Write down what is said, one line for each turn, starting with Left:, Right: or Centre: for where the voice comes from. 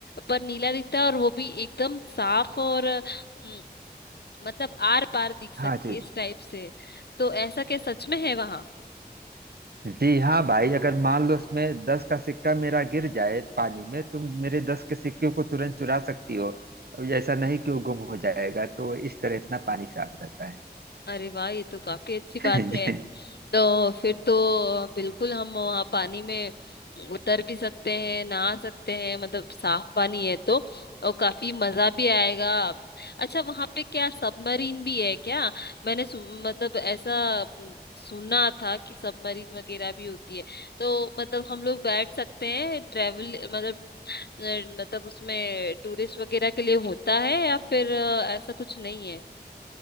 Left: पर नीला दिखता है और वो भी एकदम साफ और अ, हम्म, मतलब आर पार दिख सके
Right: हाँ जी जी
Left: इस टाइप से तो ऐसा क्या सच में है वहां?
Right: जी हाँ भाई अगर मान लो उसमें दस का सिक्का मेरा गिर जाए पानी में तुम मेरे दस के सिक्के को तुरंत चुरा सकती हो अब ऐसा नहीं कि वो गुम हो जाएगा तो इस तरह इतना पानी साफ रहता है
Left: अरे वाह ये तो काफी अच्छी
Right: <laughs>
Left: बात
Right: जी
Left: है तो फिर तो बिल्कुल हम वहाँ पानी में उतर भी सकते हैं नहा सकते हैं मतलब साफ पानी है तो और काफी मजा भी आएगा अच्छा वहाँ पे क्या सबमरीन भी है क्या मैंने सु, मतलब ऐसा अम, सुना था कि सबमरीन वगैरह भी होती है तो मतलब हम लोग बैठ सकते हैं ट्रेवल मतलब अ, मतलब उसमें टूरिस्ट वगैरह के लिए होता है या फिर अ, ऐसा कुछ नहीं है